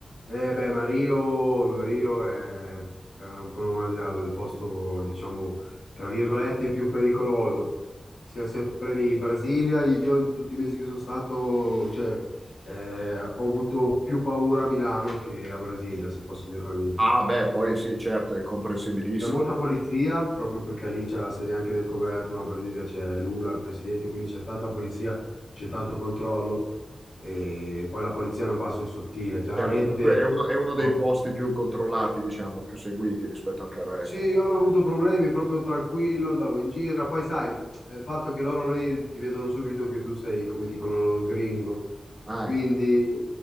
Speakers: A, on the left (about 65°); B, on the right (about 20°).
A: Eh beh, Mario, Mario è per antonomasia il posto, diciamo, tra virgolette, più pericoloso. Siamo sempre lì. Brasilia, io in tutti i mesi che sono stato, cioè, eh, ho avuto più paura a Milano che a Brasilia, se posso dirla mia.
B: Ah, beh, poi sì, certo, è comprensibilissimo.
A: C'è molta polizia, proprio perché lì c'è la sede anche del governo, la Brasilia c'è Lula, il presidente, quindi c'è tanta polizia, c'è tanto controllo e poi la polizia non va sul sottile. Chiaramente,
B: Certo, per cui è uno, è uno dei
A: oh,
B: posti più controllati, diciamo, più seguiti rispetto anche al resto.
A: sì, io non ho avuto problemi, proprio tranquillo, andavo in giro. Poi sai, è il fatto che loro lì ti vedono subito che tu sei, come dicono loro, gringo.
B: Ah,
A: Quindi
B: eh.